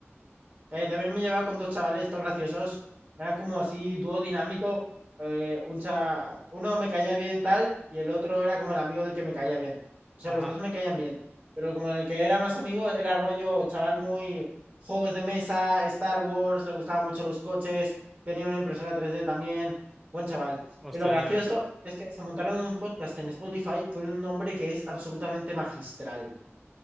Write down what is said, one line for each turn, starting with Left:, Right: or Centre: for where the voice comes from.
Right: Eh, también me llevaba con dos chavales, estos graciosos. Eran como así, dúo dinámico. Eh, un cha- Uno me caía bien tal y el otro era como el amigo del que me caía bien. O sea,
Centre: Ajá,
Right: los dos me caían bien. Pero como el que era más amigo era rollo chaval muy juegos de mesa, Star Wars, le gustaban mucho los coches, tenía una impresora 3D también. Buen chaval.
Centre: hostia,
Right: Y lo gracioso
Centre: ya ves.
Right: es que se montaron un podcast en Spotify con un nombre que es absolutamente magistral.